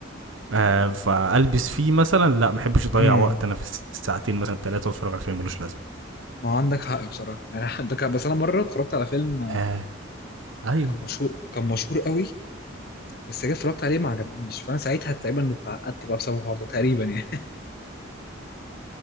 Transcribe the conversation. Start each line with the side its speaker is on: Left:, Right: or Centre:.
Right: آه فالبس فيه مثلا لا ما احبش اضيع
Left: امم
Right: وقت انا في الساعتين مثلا ثلاثه واتفرج على فيلم ملوش لازمه
Left: ما هو عندك حق بصراحة يعني <laughs> عندك حق بس انا مرة اتفرجت على فيلم
Right: آه ايوه
Left: كان مشهور كان مشهور قوي بس جيت اتفرجت عليه ما عجبنيش فانا ساعتها تقريبا اتعقدت بقى بسبب الحوار ده تقريبا يعني